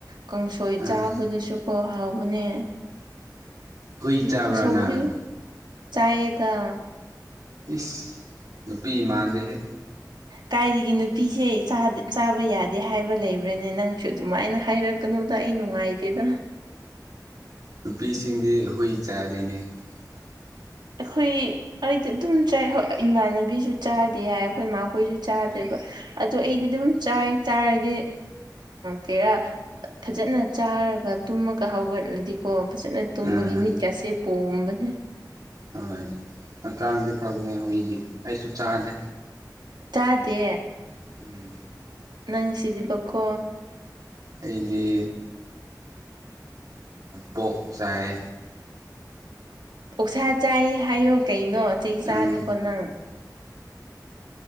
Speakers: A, on the right (about 80°); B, on the right (about 55°).
A: ꯀꯥꯡꯁꯣꯏ
B: ꯑꯥ
A: ꯆꯥꯕꯗꯨꯁꯨꯀꯣ ꯍꯥꯎꯕꯅꯦ
B: ꯍꯨꯏ ꯆꯥꯕ꯭ꯔꯥ
A: ꯀꯨꯁꯧꯈ꯭ꯔꯤ
B: ꯅꯪ
A: ꯆꯌꯦꯗ
B: ꯏꯁ ꯅꯨꯄꯤ ꯏꯃꯥꯟꯗꯍꯦ
A: ꯀꯥꯏꯗꯒꯤ ꯅꯨꯄꯤꯁꯦ ꯆꯥꯕ ꯌꯥꯗꯦ ꯍꯥꯏꯕ ꯂꯩꯕ꯭ꯔꯅꯦ ꯅꯪꯁꯨ ꯑꯗꯨꯃꯥꯏꯅ ꯍꯥꯏꯔꯛꯀꯅꯨ ꯗ ꯑꯩꯩꯅꯅꯨꯡꯉꯥꯏꯇꯦꯗ
B: ꯅꯨꯄꯤꯁꯤꯡꯗꯤ ꯍꯨꯏ ꯆꯥꯗꯅꯤ ꯎ
A: ꯑꯩꯈꯣꯏ ꯑꯩꯗꯤ ꯑꯗꯨꯝ ꯆꯥꯏ ꯍꯣꯏ ꯏꯃꯥꯟꯅꯕꯤꯁꯨ ꯆꯥꯗꯤ ꯌꯥꯏ ꯑꯩꯈꯣꯏ ꯏꯃꯥꯈꯣꯏꯁꯨ ꯆꯥꯗꯦꯕ ꯑꯗ ꯑꯩꯗꯤ ꯑꯗꯨꯝ ꯆꯥꯏ ꯆꯥꯔꯗꯤ ꯀꯩꯔꯥ ꯐꯖꯅ ꯆꯥꯔꯒ ꯇꯨꯝꯃꯒ ꯍꯧꯒꯠꯂꯗꯤꯀꯣ ꯐꯖꯅ ꯇꯨꯝꯕꯒꯤ
B: ꯑꯥ
A: ꯃꯤꯠꯀꯥꯁꯦ ꯄꯣꯝꯕꯅꯦ
B: ꯍꯣꯏ ꯍꯛꯆꯥꯡꯗꯤ ꯐꯕꯅꯦ ꯍꯨꯏꯗꯤ ꯑꯩꯁꯨ ꯆꯥꯗꯦ
A: ꯇꯥꯗꯦ
B: ꯎꯝ
A: ꯅꯪ ꯁꯤꯗꯤꯕꯀꯣ
B: ꯑꯩꯗꯤ ꯄꯣꯛ ꯆꯥꯏꯌꯦ
A: ꯑꯣꯛꯁꯥ ꯆꯥꯏꯌꯦ ꯍꯥꯏꯌꯣ ꯀꯩꯅꯣ ꯅꯣ ꯆꯩ ꯆꯥꯅꯤꯀꯣ
B: ꯎꯝ
A: ꯅꯪ